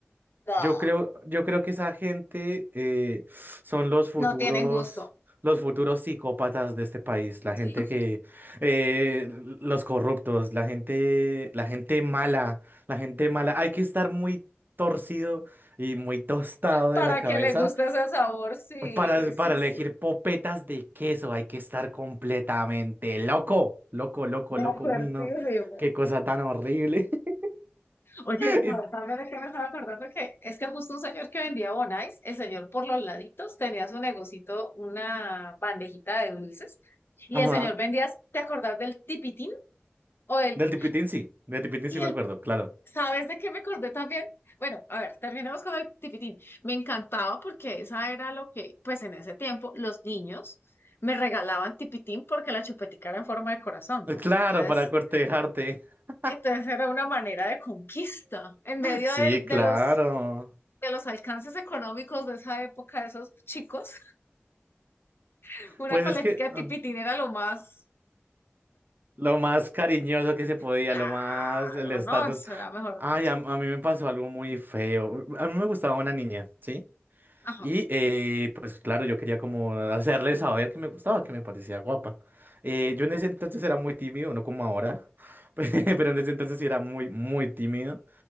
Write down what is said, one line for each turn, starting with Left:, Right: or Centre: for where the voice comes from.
Left: No,
Right: Yo creo, yo creo que esa gente eh, son los futuros,
Left: no tienen gusto.
Right: los futuros psicópatas de este país, la gente
Left: <laughs>
Right: que, eh, los corruptos, la gente, la gente mala, la gente mala. Hay que estar muy torcido y muy tostado
Left: Para
Right: de la cabeza
Left: que le guste ese sabor, sí,
Right: para,
Left: sí,
Right: para elegir
Left: sí.
Right: popetas de queso hay que estar completamente loco, loco, loco,
Left: De
Right: loco.
Left: acuerdísimo.
Right: Uy, no, qué cosa tan horrible. <laughs>
Left: Oye,
Right: Y-
Left: ¿sabes también de qué me estaba acordando? Que es que justo un señor que vendía bonais, el señor por los laditos tenía su negocito, una bandejita de dulces, y
Right: Ajá,
Left: el señor vendía, ¿te acordás del tipitín? O el,
Right: del tipitín sí, del tipitín
Left: y
Right: sí me
Left: el,
Right: acuerdo, claro.
Left: ¿sabes de qué me acordé también? Bueno, a ver, terminemos con el tipitín. Me encantaba porque esa era lo que, pues en ese tiempo, los niños me regalaban tipitín porque la chupetica era en forma de corazón, ¿no?
Right: Claro,
Left: Entonces,
Right: para cortejarte. <laughs>
Left: Entonces era una manera de conquista. En medio
Right: Sí,
Left: del- de,
Right: claro.
Left: los, de los alcances económicos de esa época, de esos chicos, <laughs> una
Right: Pues
Left: paletica
Right: es que
Left: de tipitín
Right: ah,
Left: era lo más
Right: lo más cariñoso que se podía,
Left: claro,
Right: lo más el estatus.
Left: ¿no? Eso era mejor
Right: Ay,
Left: dicho.
Right: a, a mí me pasó algo muy feo. A mí me gustaba una niña, ¿sí?
Left: Ajá,
Right: Y eh, pues claro, yo quería como hacerle saber que me gustaba, que me parecía guapa. Eh, yo en ese entonces era muy tímido, no como ahora, <laughs> pero en ese entonces sí era muy, muy tímido.